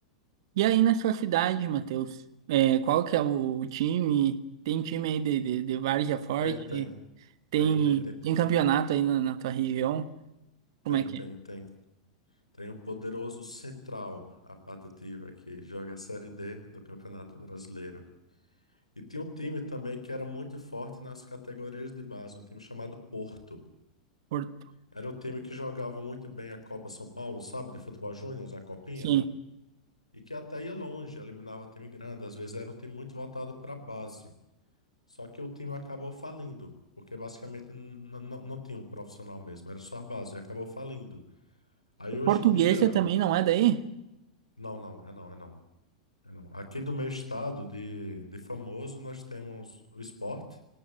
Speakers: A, on the right; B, on the left.
A: E aí na sua cidade, Matheus? É, qual que é o, o time? Tem time aí de, de, de várzea forte?
B: Tem, tem,
A: Tem,
B: tem, tem, tem, tem,
A: tem campeonato aí na, na tua região? Como
B: tem,
A: é que
B: tem,
A: é?
B: tem. Tem o poderoso Central, a patativa, que joga a Série D do Campeonato Brasileiro. E tinha um time também que era muito forte nas categorias de base, um time chamado Porto.
A: Por-
B: Era um time que jogava muito bem a Copa São Paulo, sabe, de futebol júnior, a Copinha,
A: Sim.
B: e que até ia longe, eliminava time grande, às vezes era um time muito voltado para a base. Só que o time acabou falindo, porque basicamente n- n- não tinha um profissional mesmo, era só a base, e acabou falindo. Aí hoje
A: Portuguesa
B: em dia,
A: também não é daí?
B: não, não, é não, é não. É, não. Aqui do meu estado de, de famoso, nós temos o Sport,